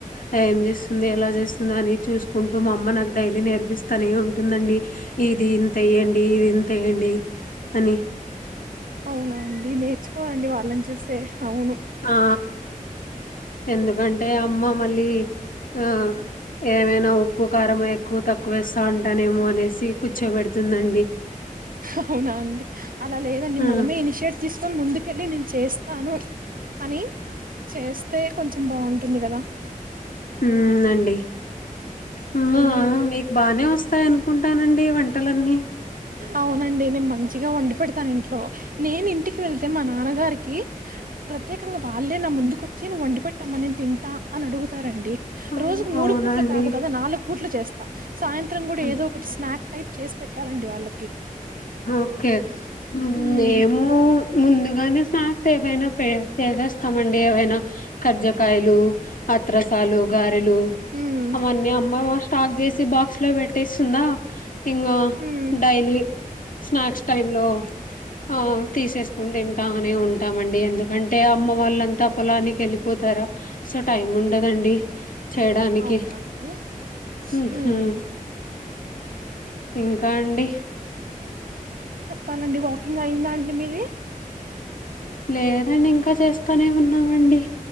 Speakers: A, on the left (about 70°); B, on the right (about 80°).
A: మా ఏం చేసుకు వస్తుంది ఎలా చేస్తుంది. అని చూసుకుంటూ మా అమ్మ నాకు డైలీ నేర్పిస్తానే ఉంటుందండి. ఇది ఇంత వెయ్యండి ఇది ఇంతేయండి. అని
B: అవునండి నే తెచ్చుకోవాలండి వాళ్ళని చూస్తే అవును.
A: ఆ ఎందుకంటే అమ్మ మళ్ళీ ఆ ఏమైనా ఉప్పు కారం ఎక్కువ తక్కువేస్తాంట. అనినేమో అనేసి కూర్చోబెడుతుందండి.
B: అవునా అండి అలా లేదండి
A: ఆ
B: మనమే ఇనిషియేట్ తీసుకొని ముందుకు కి వెళ్ళి నేను చేస్తాను అని చేస్తే కొంచెం బాగుంటుంది కదా
A: ఉ అండి హుమా
B: ఉమ్
A: మీకు బానే వస్తాయి అను అనుకుంటానండి వంటలన్నీ
B: అవునండి నేను మంచిగా వండి పెడతాను ఇంట్లో నేను ఇంటికి వెళ్తే మా నాన్నగారికి ప్రత్యేకంగా వాళ్ళే నా ముందుకు వచ్చి నువ్వు వండి పెట్టమ్మ నేను తింటా అని అడుగుతారండి
A: అవును
B: రోజుకు మూడు
A: అవునండి.
B: పూట్లు కాదు కదా నాలుగు పుట్లు చేస్తా సాయంత్రం కూడా
A: హ్మ్.
B: ఏదో నాట్ టైప్ చేసి పెట్టాలండి వాళ్ళ
A: ఓకే
B: ఉమ్
A: మేము ముందుగానే స్నాక్స్ ఏవైనా చేసేస్తాం అండి ఏవైనా కర్జకాయలు అత్రరసాలు గ లు
B: ఉమ్
A: అవని అమ్మ స్టాక్ చేసి బాక్స్ లో పెట్టేస్తుందా ఇంగ్
B: ఉమ్
A: డైలీ స్నాక్స్ టైమ్ హాలో ఆ తీసేసుకుని ఏం బానే ఉంటామ అండి ఎందుకంటే అమ్మ వాళ్ళంతా పొలానికి వెెలిి పోతార టైమ్ ఉండదండి చేయడానికి.
B: అవునా అండి హుమ్
A: హుహు. ఇంకా అండి
B: చెప్పాలండి వాకింగ్ అయిందా అండి మీది
A: లేదండి ఇంకా చేస్తానే ఉన్నామండి